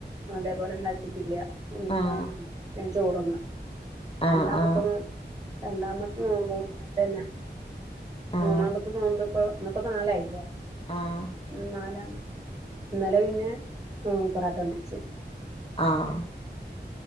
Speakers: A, on the right; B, on the left.
A: അതേപോലെ ഇണ്ടാക്കിയിട്ടില്ല എന്താണ്
B: ആഹ്
A: ഞാൻ ചോറ്ന്ന്
B: ആഹ്
A: രണ്ടാമത്തത്
B: ആഹ്
A: രണ്ടാമത്തെ നോമ്പും അങ്ങനത്തന്നെ മൂന്നാമത്തെ
B: ആഹ്
A: നോമ്പ് ഇപ്പം ഇന്ന്പ്പം നാലായില്ലെ
B: ആഹ്
A: ഉം നാലാണ് ഇന്നല പിന്നെ ഉം പൊറാട്ട കൊണ്ടിരിച്ച്
B: ആഹ്